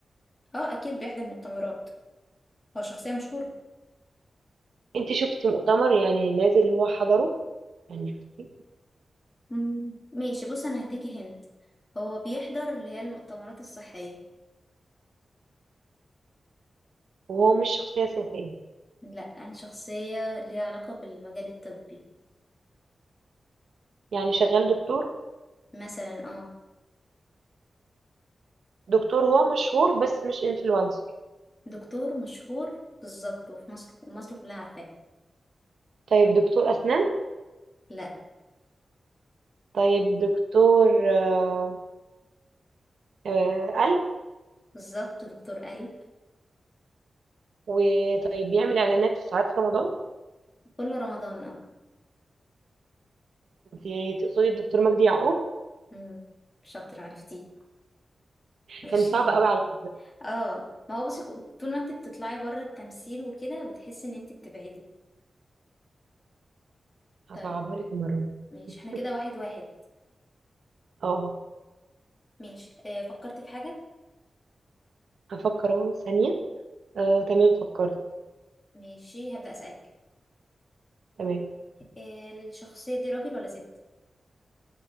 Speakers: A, on the left; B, on the right.
A: اه اكيد بيحضر مؤتمرات هو شخصية مشهورة
B: انت شفتي مؤتمر يعني نازل هو حضره يعني شفتي
A: مم. ماشي بص انا هديكي هنت هو بيحضر اللي هي المؤتمرات الصحية
B: وهو مش شخصية سياسية
A: لا شخصية ليها علاقة بالمجال الطبي
B: يعني شغال دكتور
A: مثلا اه
B: دكتور هو مشهور بس مش انفلونسر
A: دكتور مشهور بالظبط وفي مصر مصر كلها عارفاه
B: طيب دكتور أسنان
A: لا
B: طيب دكتور آه، آه، قلب
A: بالظبط دكتور قلب
B: وطيب بيعمل إعلانات في ساعات في رمضان
A: كل رمضان اه
B: انت تقصدي الدكتور مجدي يعقوب
A: امم شاطر عرفتيه ماشي
B: كان صعب قوي على فكرة
A: اه ما هو بصي ك- طول ما انت بتطلعي بره التمثيل وكده بتحسي ان انت بتبعدي
B: هصعبها
A: طيب
B: لك المرة دي.
A: ماشي
B: <laughs>
A: احنا كده واحد واحد
B: اه
A: ماشي آه فكرت في حاجة
B: هفكر اهو ثانية اه تمام فكرت
A: ماشي هبدأ أسألك
B: تمام
A: آه الشخصية دي راجل ولا ست